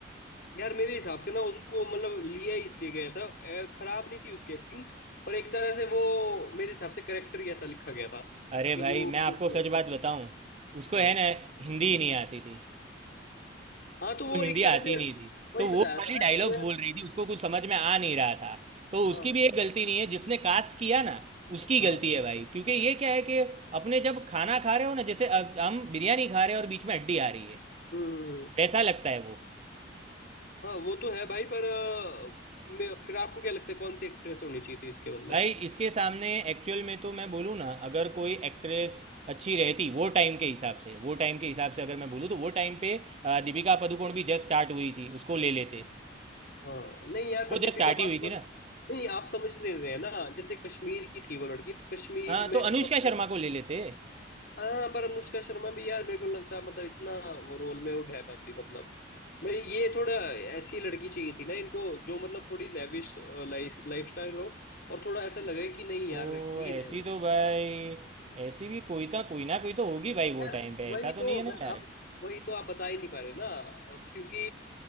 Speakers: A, on the left (about 55°); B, on the right (about 35°).
A: यार मेरे हिसाब से ना उसको मतलब लिया ही इसलिए गया था अ, खराब नहीं थी उसकी एक्टिंग पर एक तरह से वो मेरे हिसाब से करेक्टर ही ऐसा लिखा गया था
B: अरे
A: कि
B: भाई
A: वो उसमें-
B: मैं आपको सच बात बताऊं उसको
A: हाँ
B: है ना हिंदी ही नहीं आती थी
A: हाँ
B: उसको
A: तो वो
B: हिंदी
A: एक तरह
B: आती
A: से
B: नहीं थी
A: वही
B: तो
A: बताया
B: वो खाली
A: था ना
B: डायलॉग्स
A: कि यार,
B: बोल रही थी उसको कुछ समझ में आ नहीं रहा था तो
A: हाँ
B: उसकी भी एक गलती नहीं है जिसने कास्ट किया ना उसकी
A: हाँ
B: गलती है भाई क्योंकि ये क्या है कि अपने जब खाना खा रहे हो ना जैसे अब हम बिरयानी खा रहे हैं और बीच में हड्डी आ रही है
A: हम्म
B: वैसा लगता है वो
A: हाँ वो तो है भाई पर अ, मैं फिर आपको क्या लगता है कौन सी एक्ट्रेस होनी चाहिए थी इसके बदले
B: भाई इसके सामने एक्चुअल में तो मैं बोलूँ ना अगर कोई एक्ट्रेस अच्छी रहती वो टाइम के हिसाब से वो टाइम के हिसाब से अगर मैं बोलूँ तो वो टाइम पे अ, दीपिका पादुकोण भी जस्ट स्टार्ट हुई थी उसको ले लेते
A: हाँ नहीं यार पर
B: वो
A: दीपिका
B: जस्ट स्टार्ट
A: पादुकोण
B: ही हुई थी ना
A: नहीं आप समझ नहीं रहे हैं ना जैसे कश्मीर की थी वो लड़की तो कश्मीर
B: हाँ
A: में
B: तो
A: ऐसा
B: अनुष्का
A: होता
B: शर्मा
A: है
B: को ले लेते
A: हाँ पर अनुष्का शर्मा भी यार मेरे को नहीं लगता मतलब इतना वो रोल में वो ढह पाती मतलब मेरी ये थोड़ा ऐसी लड़की चाहिए थी ना इनको जो मतलब थोड़ी लेविश लाइफ लाइफस्टाइल हो और थोड़ा ऐसा लगे कि नहीं यार
B: ओ
A: हीर
B: ऐसी
A: है वो
B: तो भाई ऐसी भी कोई तो कोई ना कोई तो होगी भाई वो
A: यार
B: टाइम पे
A: वही
B: ऐसा तो
A: तो
B: नहीं है ना
A: मैं
B: यार
A: आप वही तो आप बता ही नहीं पा रहे ना क्योंकि